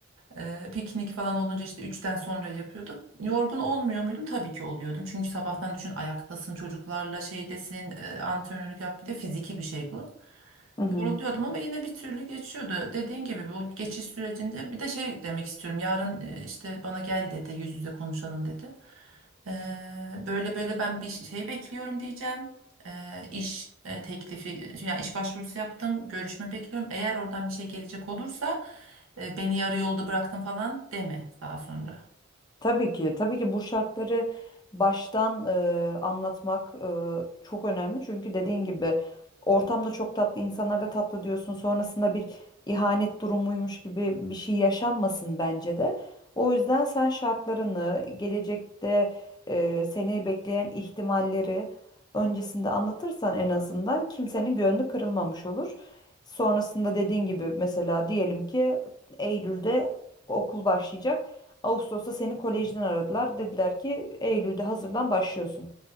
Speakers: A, on the right; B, on the left.
A: E, piknik falan olunca işte üçten sonra yapıyorduk. Yorgun olmuyor muydum? Tabii ki oluyordum. Çünkü sabahtan düşün ayaktasın çocuklarla şeydesin e, antrenörlük yap bir de fiziki bir şey bu
B: Hı hı.
A: yoruluyordum ama yine bir türlü geçiyordu. Dediğin gibi bu geçiş sürecinde bir de şey demek istiyorum. Yarın e, işte bana gel dedi, yüz yüze konuşalım dedi. Ee, böyle böyle ben bir şey bekliyorum diyeceğim. Ee, iş e, teklifi, şey, yani iş başvurusu yaptım, görüşme bekliyorum. Eğer oradan bir şey gelecek olursa e, beni yarı yolda bıraktın falan deme daha sonra.
B: Tabii ki, tabii ki bu şartları baştan e, anlatmak e, çok önemli. Çünkü dediğin gibi ortamda çok tatlı, insanlar da tatlı diyorsun. Sonrasında bir ihanet durumuymuş gibi bir şey yaşanmasın bence de. O yüzden sen şartlarını, gelecekte e, seni bekleyen ihtimalleri öncesinde anlatırsan en azından kimsenin gönlü kırılmamış olur. Sonrasında dediğin gibi mesela diyelim ki Eylül'de okul başlayacak. Ağustos'ta seni kolejden aradılar. Dediler ki Eylül'de hazırlan başlıyorsun.